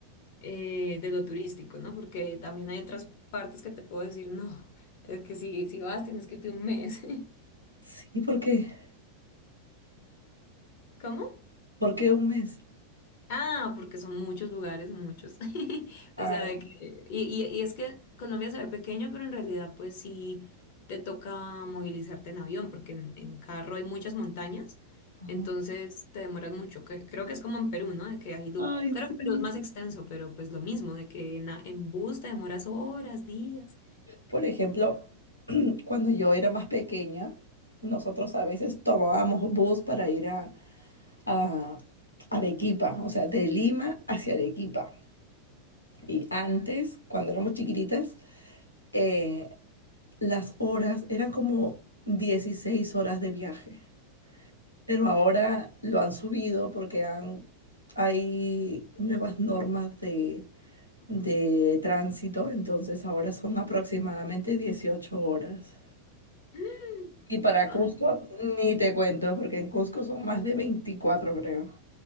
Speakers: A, on the left; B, on the left.
A: eh, de lo turístico, ¿no? Porque también hay otras partes que te puedo decir, no, es que si, si vas tienes que irte un mes.
B: Sí, ¿por qué?
A: <laughs> ¿Cómo?
B: ¿Por qué un mes?
A: Ah, porque son muchos lugares, muchos. <laughs>
B: Ay,
A: O sea, de que, y, y- y es que Colombia se ve pequeño, pero en realidad pues sí te toca movilizarte en avión, porque en, en carro hay muchas montañas,
B: ay,
A: entonces te demoras mucho. que- creo que es como en Perú, ¿no? De que hay lu-
B: ay,
A: Claro
B: sí.
A: que Perú es más extenso, pero pues lo mismo, de que en, a- en bus te demoras horas, días.
B: Por ejemplo, Cuando yo era más pequeña, nosotros a veces tomábamos bus para ir a, a Arequipa, o sea, de Lima hacia Arequipa. Y antes, cuando éramos chiquititas, eh, las horas eran como 16 horas de viaje. Pero ahora lo han subido porque han, hay nuevas normas de, de tránsito, entonces ahora son aproximadamente 18 horas.
A: <gasps>
B: Y para
A: Ay,
B: Cusco, ni te cuento, porque en Cusco son más de veinticuatro creo.